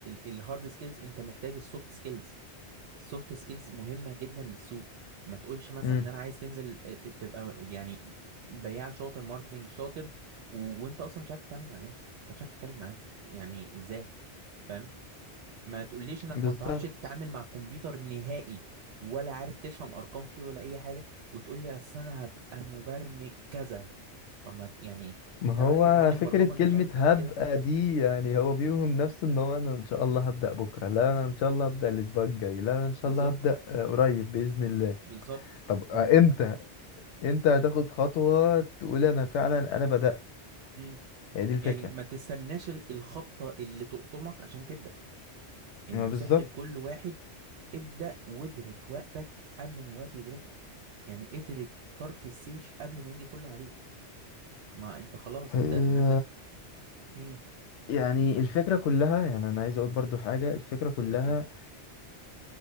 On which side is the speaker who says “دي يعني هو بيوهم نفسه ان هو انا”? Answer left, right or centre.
Left